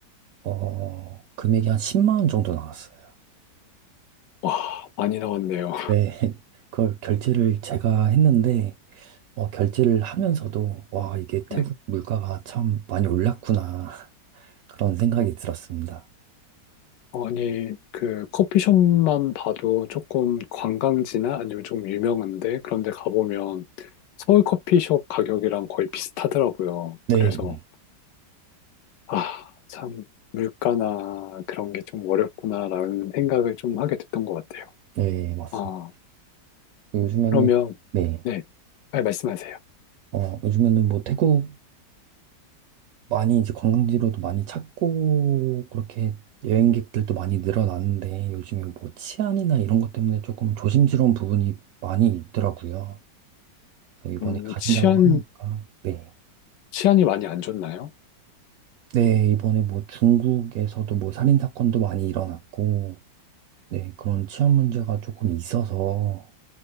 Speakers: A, on the right (about 70°); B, on the left (about 80°).
A: 어, 금액이 한 10만 원 정도 나왔어요.
B: 와, 많이 나왔네요.
A: 네, <laughs> 그걸 결제를 제가 했는데, 어, 결제를 하면서도, 와, 이게
B: 네.
A: 태국 물가가 참 많이 올랐구나. <laughs> 그런 생각이 들었습니다.
B: 어, 아니, 그 커피숍만 봐도 조금 관광지나 아니면 좀 유명한데 그런 데 가보면 서울 커피숍 가격이랑 거의 비슷하더라고요.
A: 네,
B: 그래서
A: 네,
B: 아, 참 물가나 그런 게 좀 어렵구나라는 생각을 좀 하게 됐던 것 같아요.
A: 네, 맞습니다.
B: 아,
A: 요즘에는,
B: 그러면
A: 네,
B: 네, 빨리 말씀하세요.
A: 어, 요즘에는 뭐 태국 많이 이제 관광지로도 많이 찾고 그렇게 여행객들도 많이 늘어났는데 요즘에 뭐 치안이나 이런 것 때문에 조금 조심스러운 부분이 많이 있더라고요. 그래서 이번에
B: 음,
A: 가신다고
B: 치안,
A: 하니까 네.
B: 치안이 많이 안 좋나요?
A: 네, 이번에 뭐 중국에서도 뭐 살인 사건도 많이 일어났고 네, 그런 치안 문제가 조금 있어서